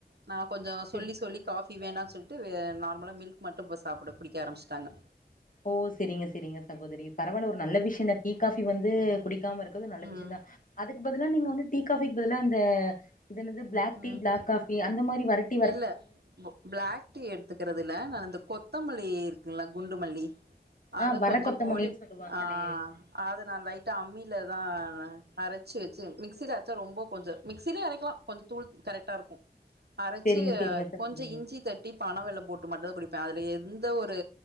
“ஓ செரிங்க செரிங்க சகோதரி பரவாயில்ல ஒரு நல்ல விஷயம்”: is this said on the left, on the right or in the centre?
Left